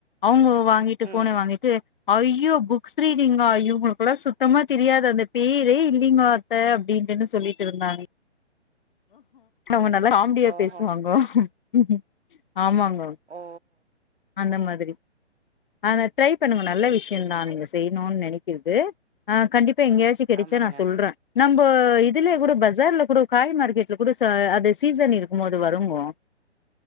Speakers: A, on the left (about 50°); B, on the right (about 65°).
A: அவங்க வாங்கிட்டு
B: ம்
A: போனை வாங்கிட்டு ஐயோ புக்ஸ் ரீடிங்கா ஐயோ உங்களுக்குட சுத்தமா தெரியாது அந்த பேரே இல்லலைங்கோ அத்தை அப்படினுன்னு சொல்லிட்டு இருந்தாங்க அவங்க நல்லா காமெடியா
B: ஓஹோ
A: பேசுவாங்கோ உம்ம் ஆமாங்க
B: ஓ
A: அந்த மாதிரி ஆனா ட்ரை
B: சரி
A: நல்ல விஷயம்
B: சரி
A: தான் நீங்க செய்யணும்னு நினைக்க கிறது ஆஹ் கண்டிப்பா எங்கேயாச்சும் கிடைச்சா
B: ஆமாங்க
A: நான் சொல்றேன் நம்ம இதுல கூட பசார்ல கூட காய் மார்கேட்் கூட அது சீசன் இருக்கும் இருக்கும்போது வருங்கோ